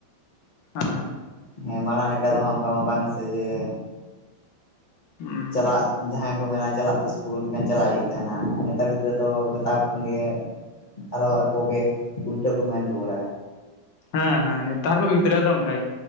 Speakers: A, on the left; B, on the left.
A: ᱦᱟᱸ᱾
B: ᱦᱮᱸ ᱢᱟᱲᱟᱝ ᱞᱮᱠᱟ ᱫᱚ ᱦᱟᱸᱜ ᱚᱱᱠᱟ ᱢᱟ ᱵᱟᱝ ᱥᱮ ᱡᱮ?
A: ᱦᱩᱸ
B: ᱪᱟᱞᱟᱜ ᱡᱟᱦᱟᱸᱭ, ᱢᱮᱱᱟ ᱠᱚ ᱪᱟᱞᱟᱜ ᱯᱮ ᱤᱥᱠᱩᱞ ᱢᱮᱱᱠᱷᱟᱱ ᱪᱟᱞᱟᱜ ᱦᱩᱭᱩᱜ ᱛᱟᱦᱮᱱᱟ ᱟᱨ ᱱᱮᱛᱟᱨ ᱜᱤᱫᱽᱨᱟᱹ ᱫᱚ ᱢᱮᱛᱟ ᱠᱚ ᱠᱷᱟᱱ ᱜᱮ? ᱟᱨᱦᱚ ᱟᱠᱚᱜᱮ ᱩᱞᱴᱟᱹ ᱠᱚ ᱢᱮᱱ ᱨᱩᱣᱟᱹᱲᱟ᱾
A: ᱦᱮᱸ ᱦᱮᱸ ᱱᱮᱛᱟᱨ ᱠᱚ ᱜᱤᱫᱽᱨᱟᱹ ᱫᱚ ᱚᱱᱠᱟ᱾